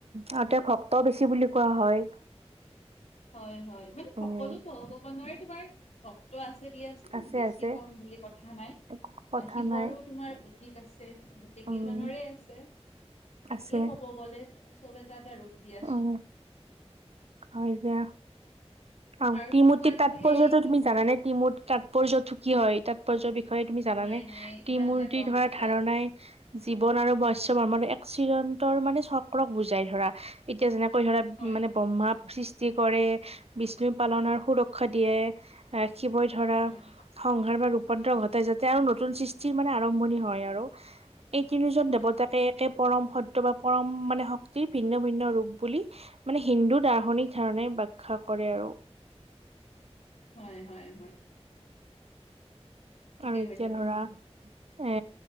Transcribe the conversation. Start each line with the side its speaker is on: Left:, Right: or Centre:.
Right: তাতে ভক্তৰ বেছি বুলি কোৱা হয়
Left: হয় হয় মানে
Right: উম
Left: সকলো ভগৱানৰে তোমাৰ ভক্ত আছে দি আছিল
Right: আছে
Left: বেছি
Right: আছে
Left: কম বুলি কথা নাই
Right: একো কথা
Left: শিৱৰো
Right: নাই
Left: তোমাৰ পুথিক আছে গোটকেইজনৰে
Right: উম
Left: আছে তাকেই
Right: আছে
Left: ক'ব গ'লে চব এটা এটা ৰূপ দিয়াচোন
Right: উম হয় এতিয়া আৰু
Left: আৰুতো
Right: ত্ৰি-মূৰ্তি
Left: তোমাৰতো
Right: তাৎপৰ্য্য
Left: সেই কি
Right: তুমি জানানে ত্ৰি-মূৰ্তি তাৎপৰ্যটো কি হয় তাৎপৰ্যৰ বিষয়ে তুমি জানা
Left: নাই
Right: নে?
Left: নাই
Right: ত্ৰি
Left: ইমান
Right: মূৰ্তি
Left: এটা গম
Right: ধৰা
Left: নাপাও।
Right: ধাৰণাই জীৱন আৰু বৈশৱ আমাৰ এক চিৰন্তনৰ মানে চক্ৰক বুজাই ধৰা। এতিয়া যেনেকৈ ধৰা
Left: হয়,
Right: মানে ব্ৰহ্মা সৃষ্টি কৰে বিষ্ণু পালন সুৰক্ষা দিয়ে, শিৱই ধৰা
Left: হয়,
Right: সংসাৰ বা ৰূপান্তৰ ঘটাই যাতে আৰু নতুন সৃষ্টিৰ মানে আৰম্ভণি হয় আৰু। এই তিনিজন
Left: হয়,
Right: দেৱতাকে একে পৰম সত্য বা পৰম মানে শক্তিৰ ভিন্ন ভিন্ন ৰূপ বুলি মানে হিন্দু ধা ৰনিক ধাৰণে ব্যখ্যা কৰে আৰু।
Left: হয় হয় হয়। ঠিকে
Right: আৰু এতিয়া
Left: কৈছা
Right: ধৰা
Left: তুমি।
Right: এ